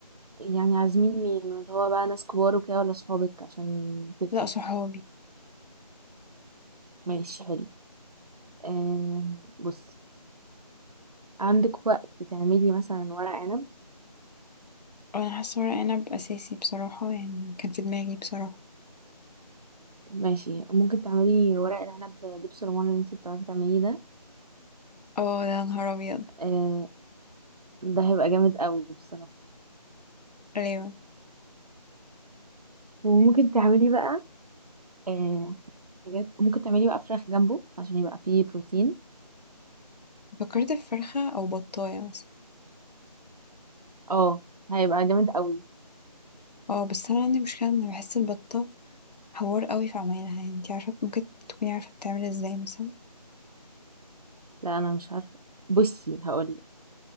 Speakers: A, on the right; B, on the left.
A: يعني عازمين مين اللي هو بقى ناس كبار وكده ولا صحابك عشان تفرق
B: لا صحابي
A: ماشي حلو آم بصي عندك وقت تعملي مثلا ورق عنب
B: انا حاسه ورق عنب اساسي بصراحه يعني كان في دماغي بصراحه
A: ماشي ممكن تعملي ورق العنب دبس رمان اللي انت بتعرفي تعمليه ده
B: اه ده نهار ابيض
A: آه ده هيبقى جامد قوي بصراحه
B: ايوه
A: وممكن تعملي بقى آه حاجات ممكن تعملي بقى فراخ جنبه عشان يبقى فيه بروتين
B: فكرت في فرخه او بطايه مثلا
A: اه هيبقى جامد قوي
B: اه بس انا عندي مشكله ان بحس البطه حوار قوي في عمايلها يعني انتي عارفه ممكن تكوني عارفه بتعمل ازاي مثلا
A: لا انا مش عارفه بصي هقولك